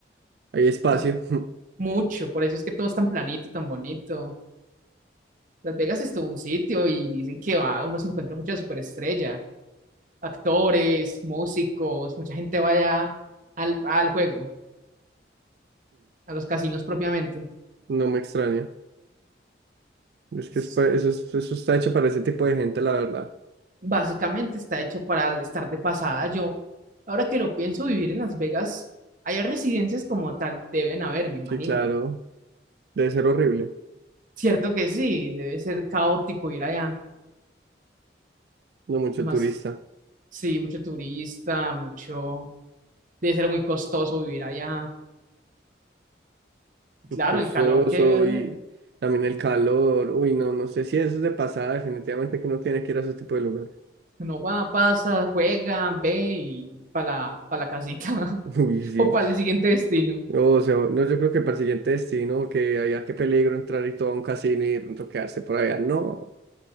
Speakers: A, on the right; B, on the right.
A: Hay espacio.
B: Entonces,
A: <laughs>
B: mucho, por eso es que todo es tan planito, tan bonito. Las Vegas es todo un sitio y dicen que va, uno se encuentra mucha superestrella, actores, músicos, mucha gente va allá al, al juego, a los casinos propiamente.
A: No me extraña. Es que
B: Es-
A: es pa- eso, es- eso está hecho para ese tipo de gente, la verdad.
B: Básicamente está hecho para estar de pasada. Yo, ahora que lo pienso, vivir en Las Vegas, hay residencias como tal, deben haber, me imagino.
A: Sí, claro. Debe ser horrible.
B: Cierto que sí, debe ser caótico ir allá.
A: No mucho
B: Y más,
A: turista.
B: sí, mucho turista, mucho, debe ser muy costoso vivir allá. Claro,
A: Costoso
B: el calor que debe hacer.
A: y también el calor. Uy, no, no sé si eso es de pasada. Definitivamente que uno tiene que ir a ese tipo de lugar.
B: Uno va, pasa, juega, ve y para la, pa' la casita <laughs>
A: <laughs> Uy, sí.
B: o para el siguiente destino.
A: No, o sea, no, yo creo que para el siguiente destino, que haya qué peligro entrar y todo a un casino y de pronto quedarse por allá. No.